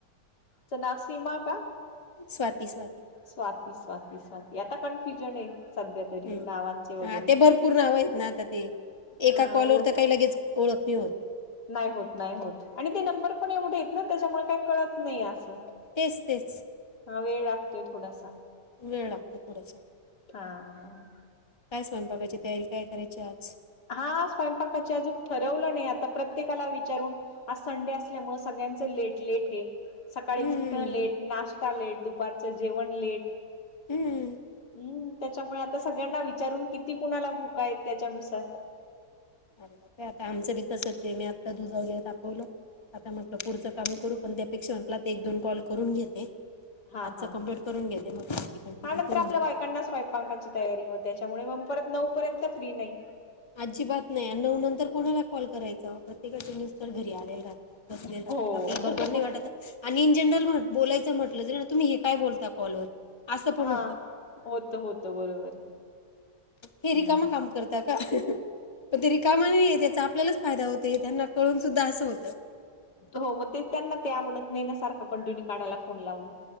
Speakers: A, on the left (about 65°); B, on the left (about 15°).
A: च नाव सीमा का?
B: स्वाती स्वाती
A: स्वाती स्वाती स्वाती आता कन्फ्युजन आहे. सध्या तरी
B: ह्
A: नावांचे वगैरे
B: हा ते भरपूर नाव आहेत ना आता ते
A: हा
B: एका कॉलवर
A: ओ
B: तर काही लगेच ओळखणी होत.
A: नाही होत नाही होत आणि ते नंबर पण एवढे आहेत ना त्याच्यामुळे काही कळत नाही असं.
B: तेच तेच
A: हा वेळ लागतोय थोडासा
B: वेळ लागतो थोडासा.
A: हा.
B: काय स्वयंपाकायची तयारी काय करायची आज
A: हा स्वयंपाकाची अजूक ठरवलं नाही आता प्रत्येकाला विचारून आज संडे असल्यामुळे सगळ्यांच लेट लेट हे सकाळी
B: हं,
A: उठणं लेट नाश्ता लेट दुपारचं जेवण लेट
B: हम्म.
A: हम्म त्याच्यामुळे आता सगळ्यांना विचारून किती कुणाला भूका आहेत त्याच्यानुसार
B: अरे बाप आता आमचं बी तसच आहे मी आत्ता दुजवा घे दाखवलं आता म्हटलं पुढचं काम करू पण त्यापेक्षा म्हटला तर एक दोन कॉल करून घेते.
A: हा
B: आजचं
A: हा
B: कंप्लीट
A: हाा
B: करून घेते मग बाकी कंटिन्यू
A: नंतर
B: करू
A: आपल्या
B: म्हटलं
A: बायकांना
B: नंतर
A: स् पायपांखाची तयारी म त्यामुळे मग परत नऊ पर्यंत फ्री नाही.
B: आजीबात नाही नऊ नंतर कोणाला कॉल करायचां प्रत्येकाचे मिनिस्टर घरी आलेला राहत. बसलेले
A: हो
B: राहात आपले बरोबर नाही वाटत. आणि इन जनरल बोलायचं म्हटलं जरी ना तुम्ही हे काय बोलता कॉलवर असं पण
A: हा
B: होतं
A: होत होतं बरोबर
B: हे
A: हम्म
B: रिकामा काम करत का पण ते रिकामा नाही आहे त्याचा आपल्यालाच फायदा होत त्यांना पळून सुद्धा असं होतं.
A: हो मग ते त्यांना ते आवडत नाही ना सारखा कंटिन्यू कानाला फोन लावण